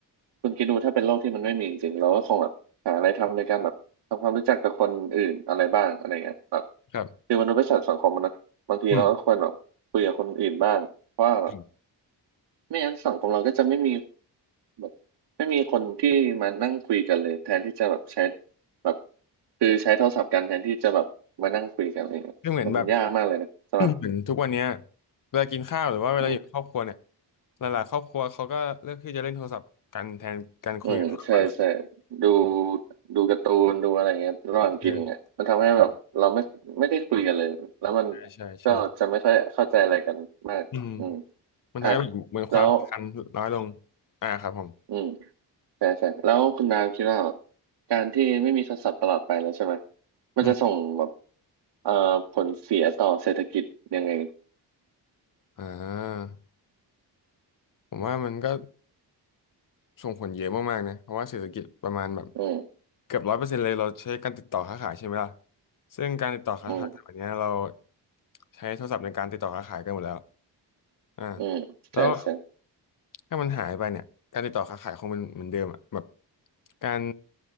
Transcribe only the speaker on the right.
คุณคิดดูถ้าเป็นโลกที่มันไม่มีจริงๆเราก็คงแบบหาอะไรทำในการแบบทำความรู้จักกับคนอื่นอะไรบ้างอะไรเงี้ยแบบ
คือมนุษย์เป็นสัตว์สังคมนะ บางทีเราก็ควรแบบคุยกับคนอื่นบ้างเพราะว่าแบบ
ไม่งั้นสังคมเราก็จะไม่มีแบบไม่มีคนที่มานั่งคุยกันเลยแทนที่จะแบบใช้แบบคือใช้โทรศัพท์กันแทนที่จะแบบมานั่งคุยกันอะไรเงี้ยมันยากมากเลยนะสำหรับ
อืม
อืมใช่ใช่ดูดูการ์ตูนดูอะไรเงี้ยระหว่างกินเงี้ยมันทำให้แบบเราไม่ไม่ได้คุยกันเลยแล้วมัน
ก็จะไม่ค่อยเข้าใจอะไรกันมากอืม
อ่ะแล้ว
อืม ใช่ใช่แล้วคุณดาวคิดว่าแบบการที่ไม่มีโทรศัพท์ตลอดไปแล้วใช่ไหมมันจะส่งแบบ
เอ่อผลเสียต่อเศรษฐกิจยังไง
อืม
อืม
อืมใช่ใช่